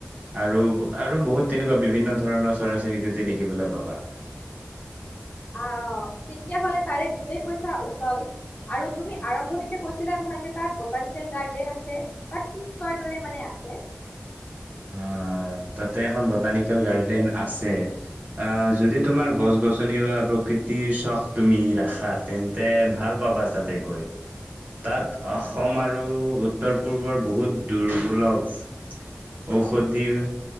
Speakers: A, on the right; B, on the left.
A: আৰু আৰু বহুত তেনেকুৱা বিভিন্ন ধৰণৰ চৰাই চিৰিকটি দেখিবলৈ পাবা।
B: আহ তেতিয়া হলে তাৰে গোটেই পইচা উচল আৰু তুমি আৰম্ভণিতে কৈছিলা নহয় যে তাত বটানিকেল গাৰ্ডেন আছে তাত কি চোৱাৰ দৰে মানে আছে।
A: আহ তাতে এখন বটানিকেল গাৰ্ডেন আছে, আহ যদি তোমাৰ গছ গছনি বা প্ৰকৃতিৰ চখ তুমি ৰাখা, তেন্তে ভাল পাবা তাতে গৈ। তাত
B: অ'।
A: অসম আৰু উ উত্তৰ-পূৰ্বৰ বহুত দুৰ্লভচ ঔষধিৰ,